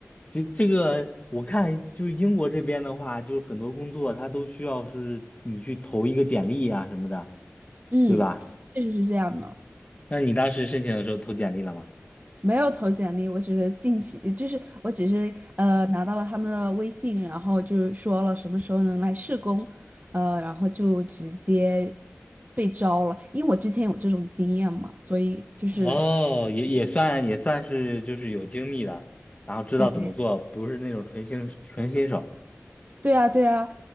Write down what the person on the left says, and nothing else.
这这个我看就是英国这边的话，就是很多工作它都需要是你去投一个简历呀、什么的，
对吧？
那你当时申请的时候投简历了吗？
哦，也也算也算是就是有经历的，然后知道怎么做，
不是那种纯新纯新手。